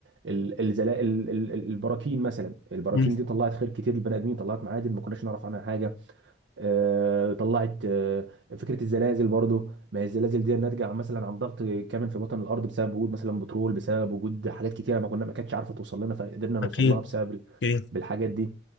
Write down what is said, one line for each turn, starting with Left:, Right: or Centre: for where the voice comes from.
Right: ال- الزلا ال- ال- البراكين مثلا البراكين
Left: مم.
Right: دي طلعت خير كتير للبني ادمين طلعت معادن ما كناش نعرف عنها حاجه آه، طلعت آه، فكره الزلازل برضو ما هي الزلازل دي ناتجه عن- مثلا عن ضغط كامل في بطن الارض بسبب وجود مثلا بترول بسبب وجود حاجات كتيره ما كنا ما كانتش عارفه توصل لنا فقدرنا نوصل
Left: أكيد
Right: لها بسبب ال-
Left: أكيد
Right: بالحاجات دي